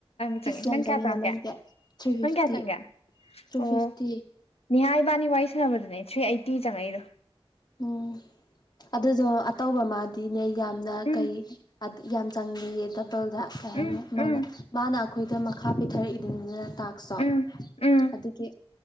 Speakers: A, on the left; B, on the left.
A: <unintelligible> ꯆꯪꯉꯛꯀꯦ
B: ꯑꯁ ꯌꯥꯝ
A: ꯅꯪ
B: ꯆꯪꯉꯤꯗ
A: ꯀ꯭ꯌꯥ ꯆꯉꯛꯀꯦ
B: ꯅꯪꯗꯤ ꯊ꯭ꯔꯤ ꯐꯤꯐꯇꯤ
A: ꯅꯪ ꯀꯌꯥ ꯆꯪꯒꯦ
B: ꯊ꯭ꯔꯤ
A: ꯑꯣ
B: ꯐꯤꯐꯇꯤ
A: ꯅꯤꯍꯥ ꯏꯕꯥꯅꯤ ꯋꯥꯔꯤ ꯁꯥꯟꯅꯕꯗꯨꯅꯦ ꯊ꯭ꯔꯤ ꯑꯩꯠꯇꯤ ꯆꯪꯉꯛꯏꯗꯣ
B: ꯎꯝ ꯑꯗꯨꯖꯣ ꯑꯇꯧꯕ ꯃꯥꯗꯤꯅꯦ ꯌꯥꯝꯅ
A: ꯎꯝ
B: ꯀꯩ <unintelligible> ꯌꯥꯝ ꯆꯪꯉꯦꯌꯦ ꯗꯕꯜꯗ ꯀꯩ
A: ꯎꯝ
B: ꯍꯥꯏꯅꯤ ꯃꯥꯅ
A: ꯎꯝ
B: ꯃꯥꯅ ꯈꯣꯏꯗ ꯃꯈꯥ ꯄꯤꯊꯔꯛꯏꯗꯅ ꯇꯥꯛꯁ
A: ꯎꯝ
B: ꯇꯣ
A: ꯎꯝ
B: ꯑꯗꯨꯒꯤ